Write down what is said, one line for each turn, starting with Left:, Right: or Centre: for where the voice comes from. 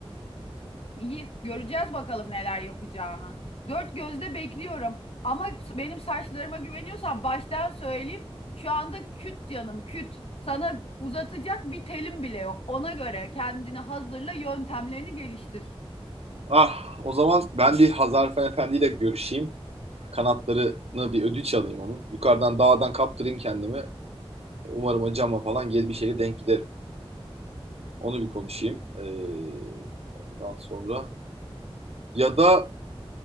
Left: İyi, göreceğiz bakalım neler yapacağını. Dört gözle bekliyorum. Ama benim saçlarıma güveniyorsan baştan söyleyeyim. Şu anda küt canım, küt. Sana uzatacak bir telim bile yok. Ona göre kendini hazırla, yöntemlerini geliştir.
Right: Ah, o zaman ben bir Hazar Efendi ile görüşeyim. Kanatlarını bir ödünç alayım onun. Yukarıdan dağdan kaptırayım kendimi. Umarım o cama falan gel bir şeye denk giderim. Onu bir konuşayım. Ee, ondan sonra ya da